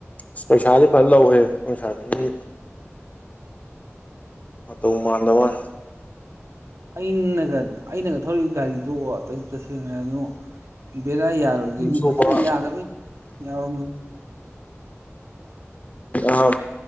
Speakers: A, on the left (about 30°); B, on the right (about 70°).
A: ꯑꯁ ꯄꯩꯁꯥꯗꯤ ꯐꯅ ꯂꯧꯋꯦꯍꯦ ꯃꯣꯢ ꯁꯥꯔꯕꯤꯁꯤꯡꯒꯤ ꯃꯇꯧ ꯃꯥꯟꯗꯕꯋꯥꯅꯦ
B: ꯑꯩ ꯑꯩꯅꯒ ꯑꯩꯅꯒ ꯊꯧꯔꯤꯕ ꯒꯥꯔꯤꯗꯣ ꯇ ꯇꯁꯦꯡꯅ ꯍꯥꯢꯔꯕꯗꯉꯣ ꯕꯦꯔꯥ ꯌꯥꯔꯣꯏꯒꯦꯗꯤ
A: ꯁꯨꯕ
B: ꯐꯖꯥꯅ ꯌꯥꯗꯕꯩ <unintelligible>
A: ꯑꯥ